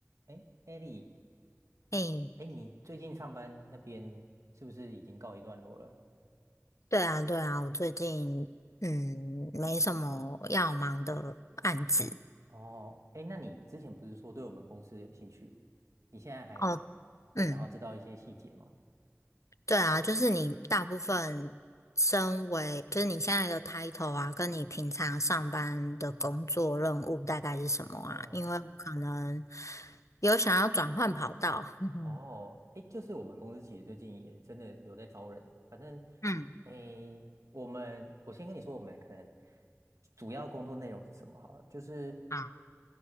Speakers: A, on the right; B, on the left.
A: 哎，艾莉，
B: 诶，
A: 哎，你最近上班那边是不是已经告一段落了？
B: 对啊，对啊，我最近嗯没什么要忙的案子
A: 哦，哎，那你之前不是说对我们公司有兴趣？你现在还
B: 哦，
A: 还想要知道一些细节吗？
B: 嗯，对啊，就是你大部分身为就是你现在的 title 啊，跟你平常上班的工作任务大概是什么啊？
A: 哦，
B: 因为我可能有想要转换跑道，<laughs> 嗯
A: 哦，哎，就是我们公司其实最近也真的有在招人，反正，
B: 嗯，
A: 哎，我们我先跟你说，我们可能主要工作内容是什么好了，就是
B: 好，